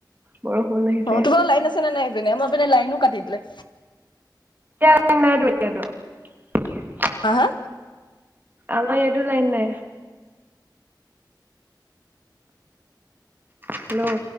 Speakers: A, on the right; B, on the left.
A: বৰষুণ আহিছে।
B: অ', তোমাৰ লাইন আছেনে নাই এইপিনে? আমাৰ পিনে লাইনো কাটি দিলে।
A: <unintelligible>
B: হা, হা
A: আমাৰ ইয়াতো লাইন নাই। হেল্ল'!